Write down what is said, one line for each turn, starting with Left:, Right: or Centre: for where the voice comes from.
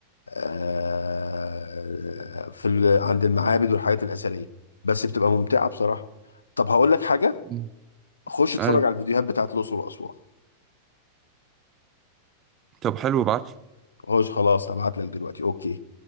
Left: آه، في ال- عند المعابد والحاجات الاثريه بس بتبقى ممتعه بصراحه طب هقول لك حاجه
Right: مم.
Left: خش اتفرج
Right: ايوه
Left: على الفيديوهات بتاعت الاقصر واسوان
Right: طب حلو ابعت
Left: خش خلاص هبعت لك دلوقتي اوكي